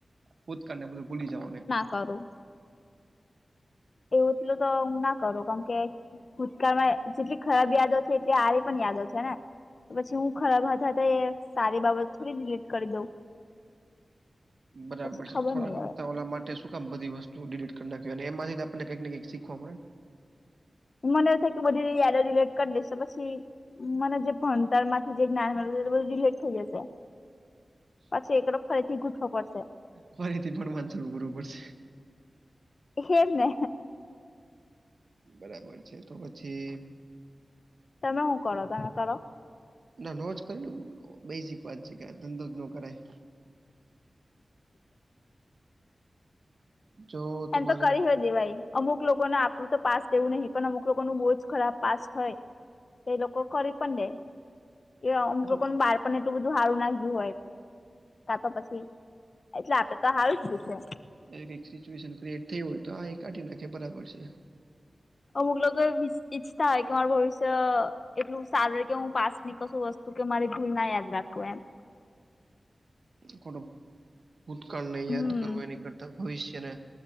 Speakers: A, on the right (about 65°); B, on the left (about 60°).
A: પોુત ક પોતે ભૂલી જઓ ને.
B: કરો. એવું એટલું તો હું ના કરું કેમ કે. ભૂતકાળમાં જેટલી ખરાબ યાદો છે એટલી સારી પણ યાદો છે ને. તો પછી હું ખરાબ હતા તો એ સારી બાબત થોડી ડડીલીટ કરી દઉં.
A: <inaudible> બરાબર
B: પછી
A: છે
B: ખબર
A: થોડાકમ
B: નઈ હવે
A: થ ઓલા માટે શું કામ બધ વસ્તુ ડિલીટ કરી નાખ એમાંથી. આપ કઈકને કંઈ શીખવા મળે.
B: મનેવું થાય કે બધી યાદ રિલેટ કરી દસો પછી. મને જે ભણતરમાંથી જે જ્ઞાન મળું એ બધું ડીલેટ થઈ જશે.
A: <inaudible>
B: પછી એકડો ફરીથી ગૂઠવો પડશે.
A: ફરેથી પણ માસર કરરવું પડશે.
B: હેને
A: બરાબર છે, તો પછી
B: તમે હુ કરો તમે કરો
A: ના ન જ કરે બેઝિક વાત છે, કે આ ધંધો જ ન કરાય જો તમારે
B: એને તો કરી હ દ ભાઈ અમુક લોકોને આપણું તો પાસ એવું નહી પણ અમુક લોકો ન બહુ જ ખરાબ પાસ હોય એ એ લોકો ખરી પણ દે એ
A: એટલે
B: અમુક લોકોનું બારપ એટલું બધું હારું નાખય્યું હોય કા તો પછી એટલે આપડે તો હાર શધું છે.
A: એક એક સિચ્યુએશન ક્રિએટ થયું હોય તો આ એક કાઢી નાખે બરાબર છે
B: અમુક લોકો ઈચ્છા હો કે માર ભવિષ્ય એટલું સારું કે હું પાસ ની કશું વસ્તુ કે મારી ભૂલ ના યાદ રાખવું એમ
A: ખોટુ ભૂતકાળને યાદ
B: હમ
A: કરવુ એની કરતા ભવિષ્યને